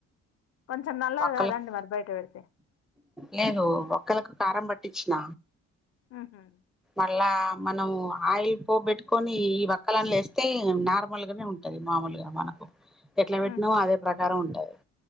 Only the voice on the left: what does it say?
కొంచెం నల్లగ
కాదండి మరి బయట పెడితే
ఊహూ
ఉహు.